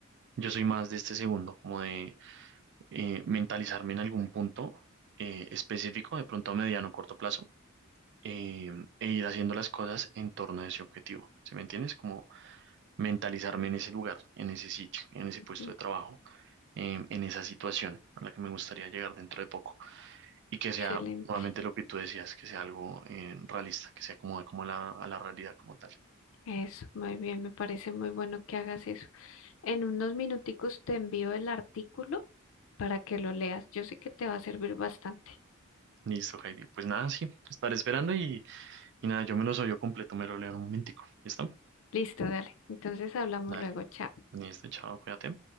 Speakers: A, on the right; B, on the left.
A: Yo soy más de este segundo, como de eh, mentalizarme en algún punto eh, específico, de pronto a mediano o corto plazo, eh, e ir haciendo las cosas en torno a ese objetivo. ¿Sí me entiendes? Como mentalizarme en ese lugar, en ese sitio, en ese puesto
B: Mm,
A: de trabajo, em, en esa situación a la que me gustaría llegar dentro de poco. y que sea
B: Excelente.
A: nuevamente lo que tú decías, que sea algo eh, realista, que se acomode como a la, a la realidad como tal.
B: Eso, muy bien, me parece muy bueno que hagas eso. En unos minuticos te envío el artículo para que lo leas. Yo sé que te va a servir bastante.
A: Listo, Heidi. Pues nada, sí, estaré esperando y, y nada, yo me lo soy yo completo, me lo leo en un momentico. ¿Listo?
B: Listo, dale. Entonces hablamos
A: Dale.
B: luego. Chao.
A: Listo, chao, cuídate.